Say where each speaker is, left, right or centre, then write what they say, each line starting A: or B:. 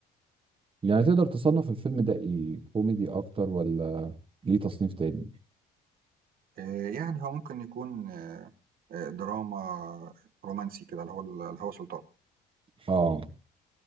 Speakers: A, on the right; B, on the right.
A: يعني تقدر تصنف الفيلم ده ايه كوميدي اكتر ولا ليه تصنيف تاني
B: آه، يعني هو ممكن يكون آه، آه، دراما رومانسي كده اللي هو الهوى سلطان
A: اه